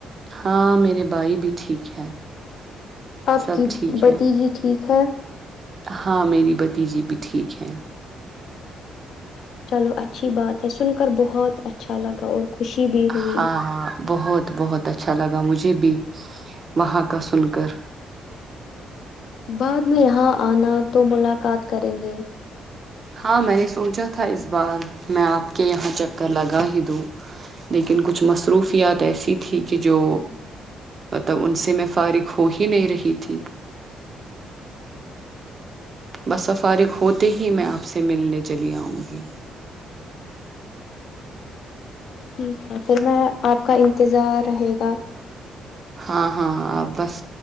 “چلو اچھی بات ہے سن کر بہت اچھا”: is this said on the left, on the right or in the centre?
Left